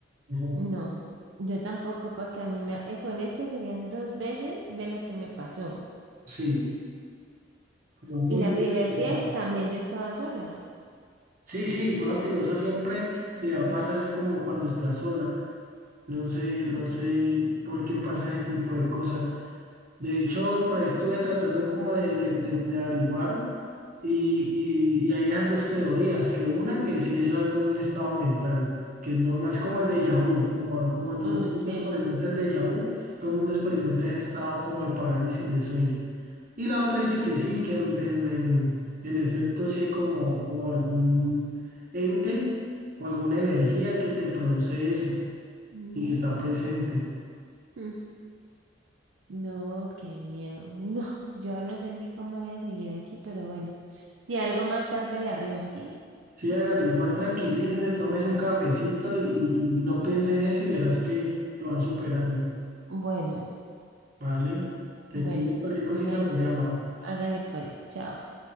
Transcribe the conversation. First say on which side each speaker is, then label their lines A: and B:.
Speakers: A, on the right (about 45°); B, on the right (about 75°).
A: Ujú.
B: No, yo tampoco, porque a mí me, eh, con esta serían dos veces de lo que me pasó.
A: Sí. Pero Muy,
B: Y la
A: muy
B: primera
A: interesante.
B: vez también yo estaba sola.
A: Sí, sí, por eso te digo, eso siempre
B: Ujú,
A: te va a pasar, es como cuando estás sola. No sé, no sé por qué pasa ese tipo de cosas. De hecho, por ahí estuve tratando como de, de- de- de averiguar y, y- y hay esas dos teorías, que una que sí es algo un estado mental, que es normal, es como el déjà vu, como, como cuando
B: ujú.
A: todo el mundo
B: Okay.
A: experimenta el déjà vu, todo el mundo experimenta ese estado como de parálisis de sueño. Y la otra dice que sí, que en, en, en- en efecto sí hay como, como algún ente o alguna energía que te produce eso
B: Mm,
A: y que está presente.
B: <laughs> mm. No, qué miedo. No, <laughs> yo no sé ni cómo voy a seguir aquí, pero bueno. Si algo más tarde le arrimo, ¿sí?
A: Sí, hágale, igual tranquilícese, tómese un cafecito y, y- y no piense en eso y verás que lo va superando.
B: Bueno.
A: Vale, te
B: Bueno,
A: cuidas, cualquier cosita
B: bueno,
A: me llama.
B: hágale pues, chao.